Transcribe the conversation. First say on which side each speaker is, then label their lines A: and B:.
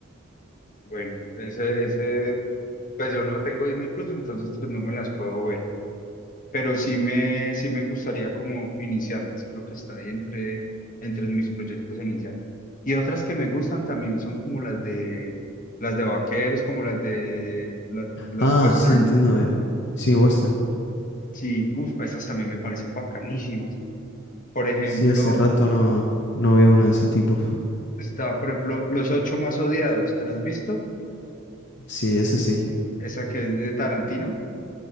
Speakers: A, on the left; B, on the left.
A: Bueno, ese, ese, pues yo no tengo Disney Plus, entonces pues no me las puedo ver. pero sí me, sí me gustaría como iniciarlas. Creo que está ahí entre, entre mis proyectos a iniciar. Y otras que me gustan también son como las de las de vaqueros, como las de las, las
B: Ah,
A: western.
B: sí, entiendo. eh, sí, Western.
A: Sí, uf, estas también me parecen bacanísimas. Por ejemplo,
B: Sí, hace rato no, no veo una de ese tipo.
A: está, por ejemplo, Los ocho más odiados. ¿Te las has visto?
B: Sí, eso sí.
A: Esa que es de Tarantino.